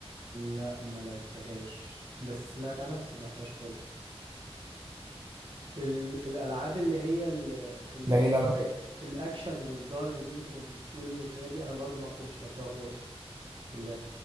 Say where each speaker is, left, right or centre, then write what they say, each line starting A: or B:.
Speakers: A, on the right (about 55°); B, on the right (about 35°).
A: لا ما لعبتهاش بس سمعت عنها بس ما لعبتهاش خالص ال... الالعاب اللي هي ال... ال...
B: لا ايه لعبه رايقة.
A: الاكشن والضرب دي انت كنت بتقول الحاجات دي انا برضو ما كنتش لعبتها خالص ال...